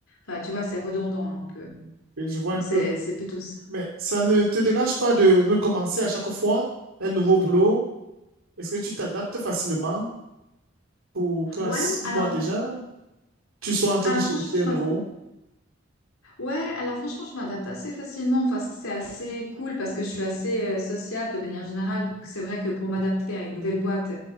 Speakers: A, on the left; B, on the right.
A: Enfin, tu vois, c'est redondant un peu.
B: oui, je vois
A: Donc,
B: un peu.
A: c'est, c'est plutôt ça.
B: Mais ça ne te dérange pas de recommencer à chaque fois un nouveau boulot? Est-ce que tu t'adaptes facilement pour que à
A: Ouais,
B: six
A: alors,
B: mois déjà, tu sois en train
A: alors
B: de chercher
A: franchement,
B: un
A: je
B: nouveau?
A: m'intéresse Ouais, alors franchement, je m'adapte assez facilement. Enfin, ça, c'est assez cool parce que je suis assez euh, sociable de manière générale. Donc, c'est vrai que pour m'adapter à une nouvelle boîte,